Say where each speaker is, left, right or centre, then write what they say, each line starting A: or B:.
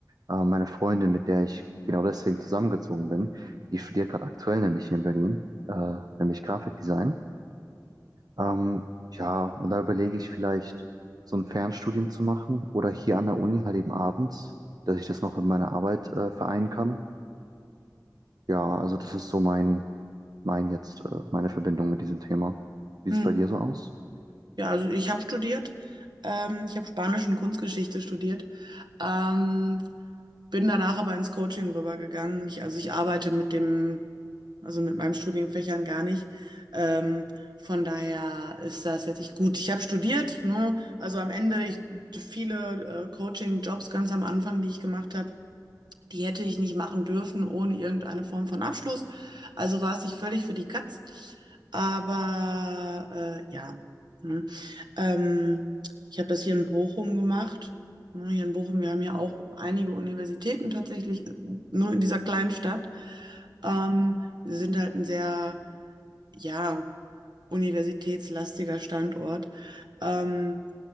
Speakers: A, on the right; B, on the right.
A: Äh, meine Freundin, mit der ich genau deswegen zusammengezogen bin, die studiert gerade aktuell nämlich hier in Berlin, äh, nämlich Grafikdesign. Ähm, ja, und da überlege ich vielleicht, so ein Fernstudium zu machen oder hier an der Uni halt eben abends, dass ich das noch mit meiner Arbeit äh, vereinen kann. Ja, also das ist so mein, mein jetzt, äh, meine Verbindung mit diesem Thema. Wie
B: Hm.
A: sieht es bei dir so aus?
B: Ja, also ich habe studiert. Ähm, ich habe Spanisch und Kunstgeschichte studiert. Ähm, bin danach aber ins Coaching rübergegangen. Ich, also ich arbeite mit dem, also mit meinen Studienfächern gar nicht. Ähm, von daher ist das jetzt ich gut. Ich habe studiert, ne? Also am Ende ich, viele äh, Coaching-Jobs ganz am Anfang, die ich gemacht habe. Die hätte ich nicht machen dürfen ohne irgendeine Form von Abschluss. Also war es sich völlig für die Katz. Aber äh, ja. Hm. Ähm, ich habe das hier in Bochum gemacht. Ne, Hier in Bochum, wir haben ja auch einige Universitäten tatsächlich, äh, nur in dieser kleinen Stadt. Ähm, wir sind halt ein sehr, ja, universitätslastiger Standort. Ähm,